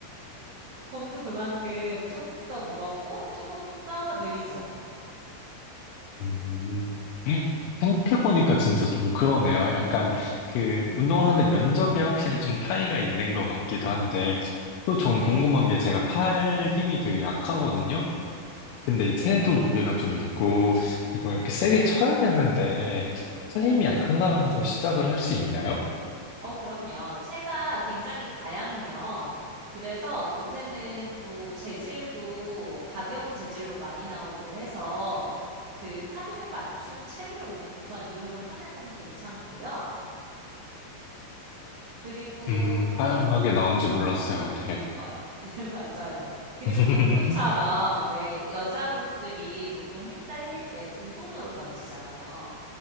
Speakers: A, on the right; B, on the left.
A: 공도 그만큼 조금 더 무겁고 조금 더 느리죠.
B: 음, 생각해보니까 진짜 좀 그러네요. 약간 그 운동을 하는 면적에 확실히 좀 차이가 있는 것 같기도 한데, 또 전
A: 네네.
B: 궁금한 게 제가 팔 힘이 되게 약하거든요? 근데 이
A: 네.
B: 체도 무게가 좀 있고, 이걸 이렇게 세게 쳐야 되는데, 팔 힘이 약한 사람도 시작을 할 수 있나요?
A: 어, 그럼요. 채가 굉장히 다양해요. 그래서 요새는 또 재질도 가벼운 재질로 많이 나오고 해서 그 파림에 맞춘 채를 우면- 우선 이용을 하면은 괜찮고요. 그리고
B: 음, 다양하게 나온지 몰랐어요. 네.
A: 어, <laughs> 맞아요. 그리고
B: <laughs>
A: 농구처럼 왜 여자분들이 보통 힘 딸릴 때 두 손으로 던지잖아요.